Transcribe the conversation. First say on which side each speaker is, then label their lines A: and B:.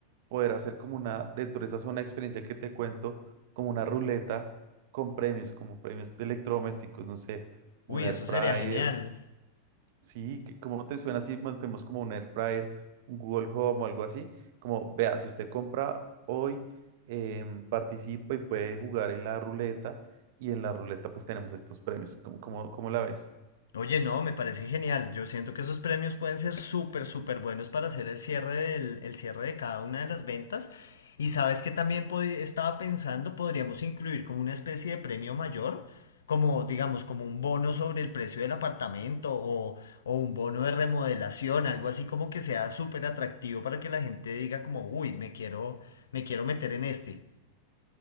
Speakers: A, on the right (about 50°); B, on the left (about 65°).
A: poder hacer como una, dentro de esa zona de experiencia que te cuento, como una ruleta con premios, como premios de electrodomésticos, no sé, un
B: Uy,
A: air
B: eso
A: fryer,
B: sería genial.
A: sí, que- ¿cómo te suena si mantenemos como un air fryer, un Google Home o algo así? Como, vea, si usted compra hoy, em, participa y puede jugar en la ruleta, y en la ruleta pues tenemos estos premios, ¿cómo, cómo- cómo la ves?
B: Oye, no, me parece genial. Yo siento que esos premios pueden ser súper, súper buenos para hacer el cierre del, el cierre de cada una de las ventas. Y sabes que también pod- estaba pensando, podríamos incluir como una especie de premio mayor, como digamos, como un bono sobre el precio del apartamento o, o un bono de remodelación, algo así como que sea súper atractivo para que la gente diga como, uy, me quiero, me quiero meter en este.